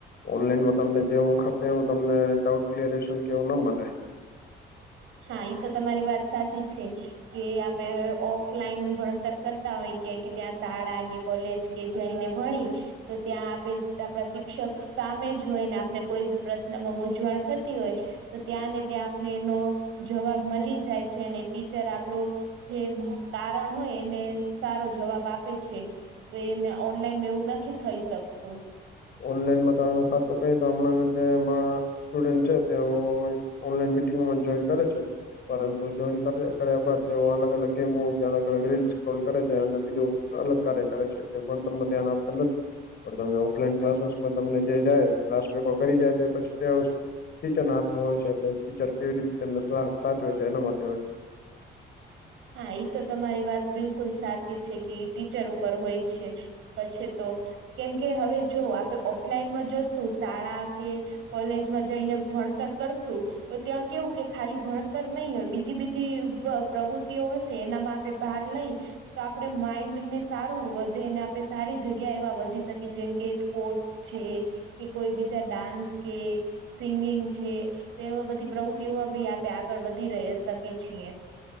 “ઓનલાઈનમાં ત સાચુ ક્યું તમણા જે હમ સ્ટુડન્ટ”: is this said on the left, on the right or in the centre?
Left